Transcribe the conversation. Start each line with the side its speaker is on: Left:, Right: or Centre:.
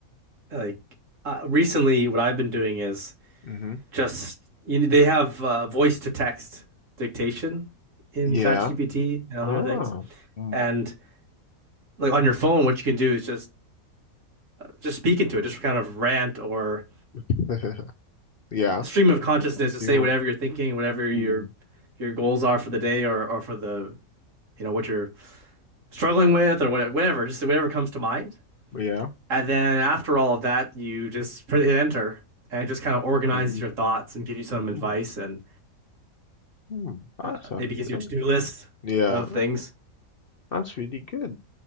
Right: like uh, recently what I've been doing is
Left: Mm-hmm.
Right: just you know, they have uh, voice to text dictation in
Left: Yeah.
Right: ChatGPT and other
Left: Ah.
Right: things.
Left: Mm.
Right: And like on your phone, what you can do is just just speak into it, just kind of rant or
Left: <laughs> Yeah.
Right: stream of consciousness to
Left: You
Right: say
Left: know,
Right: whatever you're thinking, whatever your
Left: mm.
Right: your goals are for the day or or for the you know what you're struggling with or whatever, whatever, just whatever comes to mind.
Left: Yeah.
Right: And then after all of that, you just put hit enter and it just kind of organizes
Left: I just,
Right: your thoughts and give you some advice
Left: mm.
Right: and
Left: Mm. That's
Right: Uh,
Left: actually,
Right: maybe gives you
Left: uh,
Right: a to-do list
Left: yeah.
Right: of things.
Left: That's really good.